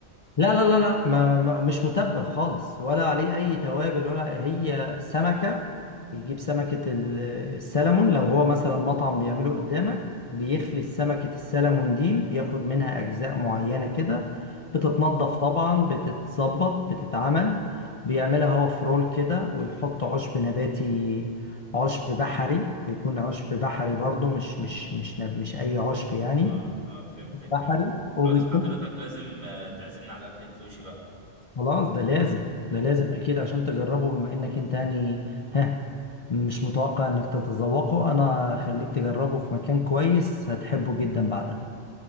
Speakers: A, on the left; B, on the right.
A: لا لا لا لا ما ما مش متبل خالص ولا عليه اي توابل ولا هي سمكة بيجيب سمكة ال- السلمون لو هو مثلا مطعم بيعمله قدامك بيخلي سمكة السلمون دي بياخد منها اجزاء معينة كده بتتنضف طبعا بتتظبط بتتعمل بيعملها هو في رول كده ويحط عشب نباتي عشب بحري بيكون عشب بحري برضو مش مش مش نب- مش اي عشب يعني
B: اه اه فهمتك
A: بحري
B: فهمت
A: وبيكون
B: بس حضرتك لازم آه، تعزمنا على اكله سوشي بقى
A: خلاص ده لازم ده لازم اكيد عشان تجربه بما انك انت يعني ها مش متوقع انك تتذوقه انا خليك تجربه في مكان كويس هتحبه جدا بعدها